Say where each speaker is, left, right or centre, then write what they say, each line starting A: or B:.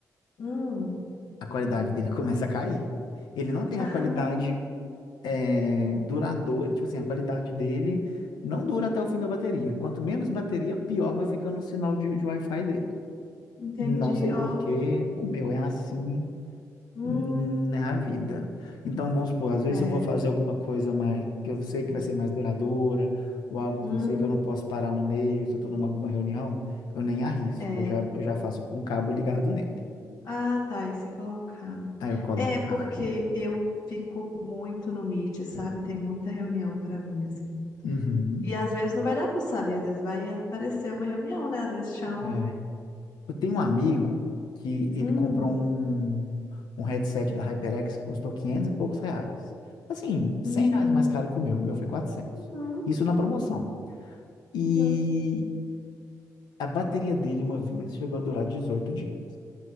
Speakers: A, on the left; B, on the left.
A: Hum.
B: a qualidade dele <laughs> começa a cair. Ele não tem
A: Ah.
B: a qualidade é, duradouro, tipo assim, a qualidade dele não dura até o fim da bateria. Quanto menos bateria, pior vai ficando o sinal de, de Wi-Fi dele.
A: Entendi,
B: Não sei
A: ó.
B: por quê, o meu é assim,
A: Hum,
B: hum, é a vida. Então, vamos supor, às vezes
A: é.
B: eu vou fazer alguma coisa mais que eu sei que vai ser mais duradoura, ou algo
A: Hum,
B: que eu sei que eu não posso parar no meio, se eu estou numa alguma reunião, eu nem arrisco,
A: é.
B: eu já, eu já faço com o cabo ligado nele.
A: Ah, tá, aí você colocar.
B: Aí eu coloco
A: É,
B: o
A: porque
B: cabo.
A: eu fico muito no Meet, sabe? Tem muita reunião pra mim, assim.
B: Uhum,
A: E às vezes não vai dar pra eu saber, às vezes vai aparecer uma reunião, né? Às vezes chamam.
B: é. Eu tenho um amigo que ele
A: Hum,
B: comprou um, um headset da HyperX que custou 500 e poucos reais. Assim,
A: hum,
B: 100 reais mais caro que o meu. O meu foi quatrocentos,
A: uhum,
B: Isso na promoção. E
A: uhum.
B: a bateria dele, uma vez, chegou a durar 18 dias.